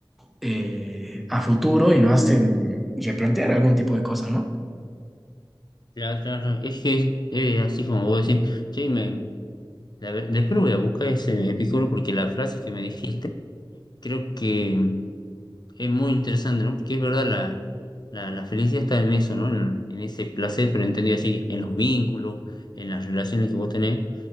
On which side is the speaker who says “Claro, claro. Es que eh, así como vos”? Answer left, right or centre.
Left